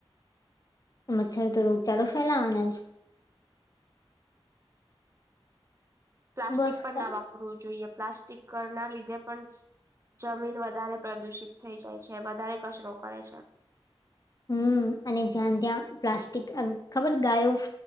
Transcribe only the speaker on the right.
પ્લાસ્ટિક
પણ
ના વાપરવું જોઈએ પ્લાસ્ટિક ના લીધે પણ જમીન વધારે પ્રદુષિત થઈ જાય છે વધારે કચરો કરે છે.